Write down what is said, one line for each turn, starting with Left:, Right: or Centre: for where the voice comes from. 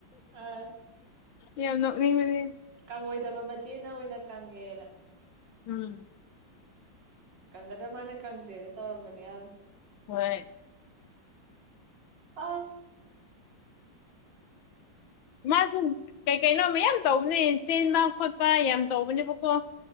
Right: ꯑꯥ
Left: ꯌꯥꯝ ꯅꯣꯛꯅꯤꯡꯕꯅꯤ ꯫
Right: ꯀꯪꯉꯣꯏꯗꯕ ꯃꯆꯦꯅ ꯑꯣꯏꯅ ꯀꯪꯉꯦꯅ
Left: ꯎꯝ
Right: ꯀꯪꯒꯗꯕ ꯃꯥꯅ ꯀꯪꯗ꯭ꯔꯦꯅ ꯇꯧꯔꯝꯕꯅꯤ ꯌꯥꯝꯅ
Left: ꯍꯣꯏ
Right: ꯑꯥ
Left: ꯃꯥꯁꯨ ꯀꯩ ꯀꯩꯅꯣ ꯃꯌꯥꯝ ꯇꯧꯕꯅꯦ ꯆꯦꯟꯕ ꯈꯣꯠꯄ ꯌꯥꯝ ꯇꯧꯕꯅꯦꯕꯀꯣ